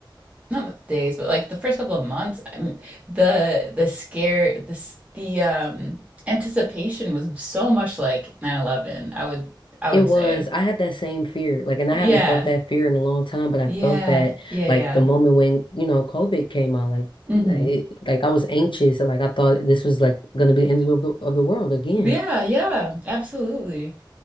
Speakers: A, on the right; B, on the left.
A: not the days, but like the first couple of months, I mean, the the scare this the s- the, um anticipation was so much like nine eleven. I would I
B: it
A: would
B: was,
A: say.
B: I had that same fear. Like, and
A: Yeah.
B: I haven't felt that fear in a long time, but I
A: Yeah.
B: felt that
A: Yeah,
B: like
A: yeah.
B: the moment when, you know, COVID came out, like
A: Mm-hmm.
B: it, like I was anxious and like I thought this was like gonna be the end of the, of the world again.
A: Yeah, yeah, absolutely.